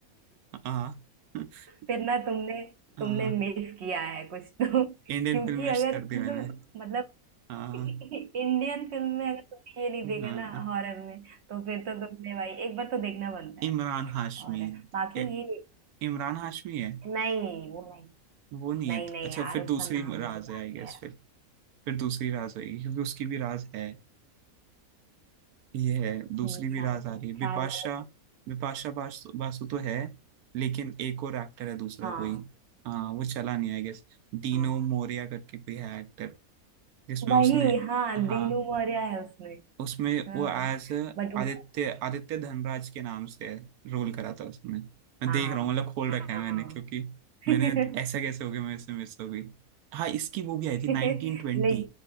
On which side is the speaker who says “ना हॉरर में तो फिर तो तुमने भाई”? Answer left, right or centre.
Right